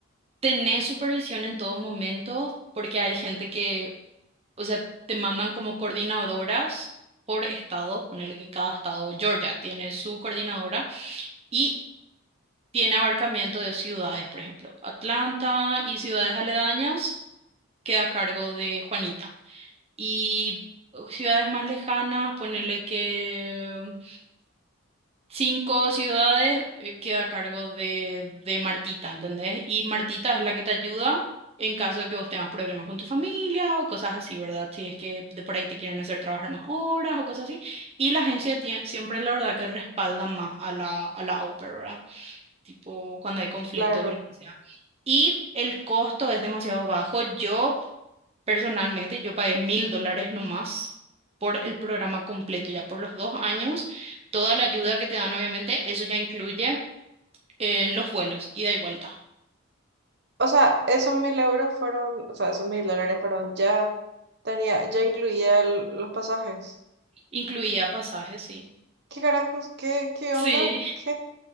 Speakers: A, on the right; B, on the right.
A: Tenés supervisión en todo momento porque hay gente que, o sea, te mandan como coordinadoras por estado. Ponerle que cada estado, Georgia, tiene su coordinadora y tiene abarcamiento de ciudades, por ejemplo, Atlanta y ciudades aledañas queda a cargo de Juanita. y uh, ciudades más lejanas, ponerle que um, cinco ciudades eh, queda a cargo de, de Martita, ¿entendés? Y Martita es la que te ayuda en caso de que vos tengas problemas con tu familia o cosas así, ¿verdad? Si es que de por ahí te quieren hacer trabajar más horas o cosas así. Y la agencia tie- siempre, la verdad, que respalda más a la, a la au pair, ¿verdad? Tipo cuando hay conflictos
B: Claro.
A: o lo que sea. Y el costo es demasiado bajo. Yo Personalmente, yo pagué mil dólares nomás por el programa completo, ya por los dos años. Toda la ayuda que te dan, obviamente, eso ya incluye eh, los vuelos, ida y vuelta.
B: O sea, esos mil euros fueron, o sea, esos mil dólares, perdón, ya tenía, ya incluía el- los pasajes.
A: Incluía pasajes, sí.
B: ¿Qué carajos? ¿Qué, qué
A: Sí,
B: onda? ¿Qué?